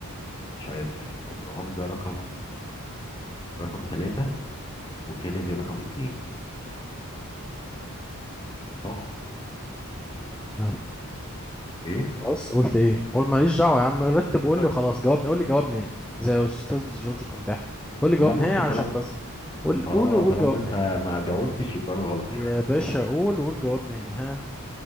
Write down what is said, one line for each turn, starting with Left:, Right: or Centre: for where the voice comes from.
Left: مش عارف ابراهام ده رقم رقم ثلاثة وكندي رقم اتنين صح
Centre: ها،
Left: ايه
Centre: خلاص قلت ايه قول ماليش دعوه يا عم رتب وقول
Left: أه،
Centre: لي وخلاص جواب قول لي جواب نهائي زي استاذ جورج قرداحي قول لي جواب
Left: لا بص
Centre: نهائي عشان
Left: طالما
Centre: بس قول
Left: اه
Centre: قول وقول
Left: طالما
Centre: جواب
Left: انت
Centre: نهائي
Left: ما جاوبتش يبقى انا غلط <laughs>
Centre: يا باشا قول وقول جواب نهائي ها